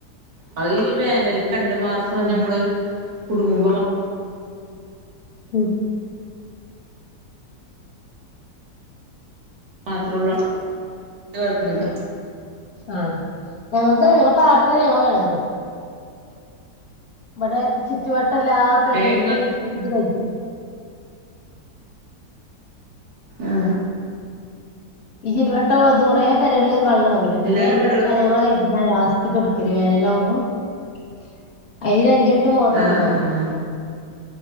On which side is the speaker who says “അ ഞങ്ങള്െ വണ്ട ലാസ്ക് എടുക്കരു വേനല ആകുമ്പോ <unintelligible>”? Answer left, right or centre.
Left